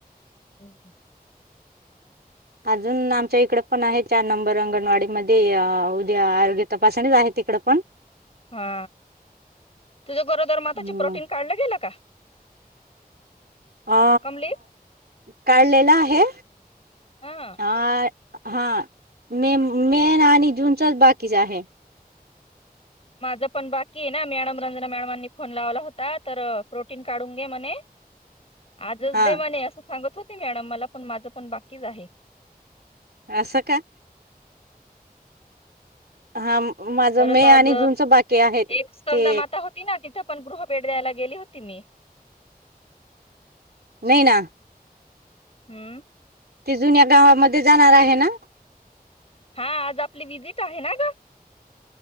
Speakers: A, on the left; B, on the right.
A: हम हम
B: अजून आमच्या इकड पण आहे. चार नंबर अंगणवाडी मध्ये उद्या आरोग्य तपासणीच आहे. तिकड पण,
A: हा तुझ्या गरोदर
B: हम्म
A: माताची प्रोटीन काढलं गेलं का?
B: अ
A: कमली
B: काढलेला आहे.
A: हा
B: अ हा, मे, मे आणि जूनचच बाकीच आहे.
A: माझं पण बाकी आहे. ना मॅडम रंजना मॅडमांनी फोन लावला होता. तर प्रोटीन काढून घे म्हणे, आजच
B: हा
A: दे म्हणे, असं सांगत होती. मॅडम, मला पण माझ पण बाकीच आहे.
B: असं का, हा, माझं
A: परत,
B: मे
A: आज
B: आणि जूनच बाकी आहे
A: एक स्तनदा
B: ते
A: माता होती. ना तिथं, पण गृहभेट द्यायला गेली होती. मी
B: व्हय ना.
A: हम्म
B: ते जुन्या गावामध्ये. जाणार आहे ना!
A: हा, आज आपली विजिट आहे ना ग!